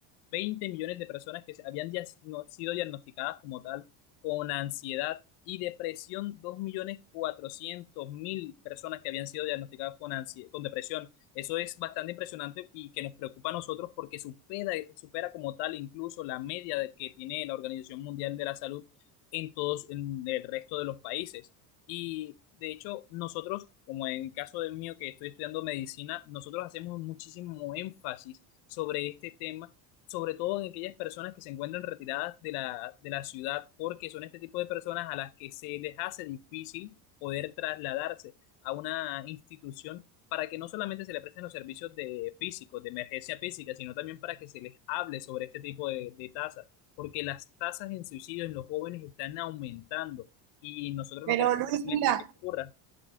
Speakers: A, on the left; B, on the right.
A: 20 millones de personas que habían dias- no- sido diagnosticadas como tal con ansiedad y depresión, 2.400.000 personas que habían sido diagnosticadas con, ansi- con depresión eso es bastante impresionante y que nos preocupa a nosotros porque supera, supera como tal incluso la media de- que tiene la Organización Mundial de la Salud en todos, en el resto de los países. Y de hecho, nosotros, como en el caso del mío que estoy estudiando medicina, nosotros hacemos muchísimo énfasis sobre este tema, sobre todo en aquellas personas que se encuentran retiradas de la, de la ciudad, porque son este tipo de personas a las que se les hace difícil poder trasladarse a una institución para que no solamente se le presten los servicios de físicos, de emergencia física, sino también para que se les hable sobre este tipo de, de tasas, porque las tasas en suicidio en los jóvenes están aumentando y nosotros
B: Pero
A: no queremos
B: Luis,
A: realmente
B: mira,
A: que ocurra,